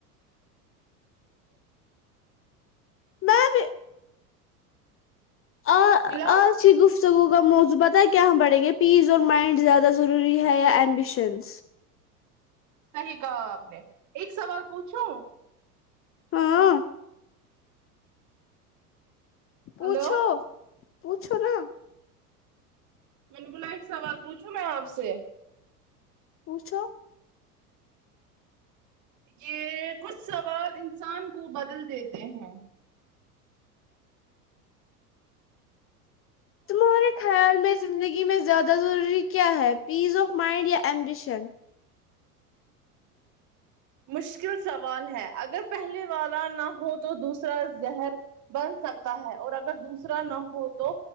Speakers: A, on the left; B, on the right.
A: میں بی آ
B: ملا
A: آ اچھی گفتگو کا موضو پتا ہے کیا ہم بڑھیں گے پیس اور مائنڈ زیادہ ضروری ہے یا ایمبیشنس
B: صحیح کہا آپ نے ایک سوال پوچھوں
A: ہاں پوچھو
B: ہلو
A: پوچھو نا
B: میں نے بولا ایک سوال پوچھوں میں آپ سے
A: پوچھو
B: یہ کچھ سوال انسان کو بدل دیتے ہیں
A: تمہارے خیال میں زندگی میں زیادہ ضروری کیا ہے پیس آف مائنڈ یا ایمبیشن
B: مشکل سوال ہے اگر پہلے والا نہ ہو تو دوسرا زہر بن سکتا ہے اور اگر دوسرا نہ ہو تو